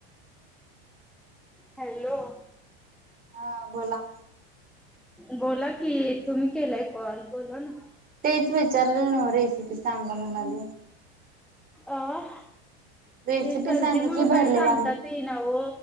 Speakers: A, in the centre; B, on the right.
A: हॅलो
B: हा बोला
A: बोला की तुम्ही केलाय कॉल बोला ना
B: तेच विचार ना वाट रे चांगा म्हणाज
A: अं
B: रेसिपी
A: ते सर्दी
B: सांगा
A: मु
B: की भरले
A: काय सांगतात
B: वांगे
A: ये ना हो